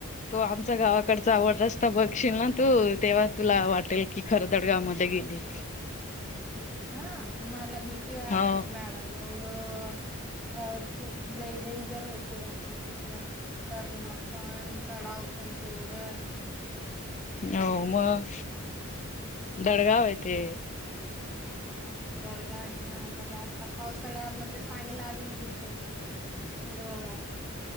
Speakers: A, on the left (about 35°); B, in the centre.
A: तो आमच्या गावाकडचा रस्ता बघशील ना तू तेव्हा तुला वाटेल कि खरदडगा मध्ये गेली
B: हा मला भीती वाटते
A: हो
B: मॅडम एवढं अ खूप लय डेंजर होते रस्ते तिकड तर पण चढाव पण तेवढंच
A: हो मग दडगाव आहे ते
B: दडगाव आहे ना बघ आता पावसाळ्यामध्ये चांगलं अजून दिसेल हिरवगार